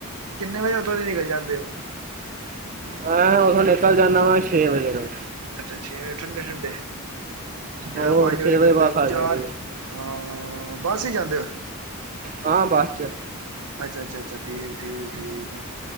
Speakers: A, on the right; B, on the right.
A: ਕਿੰਨੇ ਵਜੇ ਉੱਥੋਂ ਦੀ ਨਿਕਲ ਜਾਂਦੇ ਓ?
B: ਮੈਂ ਉਥੋਂ ਨਿਕਲ ਜਾਂਨਾ ਵਾ, ਛੇ ਵਜੇ ਨੂੰ।
A: ਅੱਛਾ, ਛੇ ਵਜੇ ਠੰਡੇ- ਠੰਡੇ ਮੈਂ
B: ਹੋਰ
A: ਤਾਂ ਪੰਜ ਵਜੇ
B: ਛੇ
A: ਤੱਕ
B: ਬੱਸ
A: ਦੇ
B: ਆ
A: ਚਾਰ
B: ਜਾਂਦੀ ਏ,
A: ਹਾਂ ਬੱਸ ਚ ਜਾਂਦੇ ਹੋ?
B: ਹਾਂ ਬੱਸ 'ਚ
A: ਅੱਛਾ, ਅੱਛਾ, ਅੱਛਾ। ਠੀਕ, ਠੀਕ, ਠੀਕ ਆ।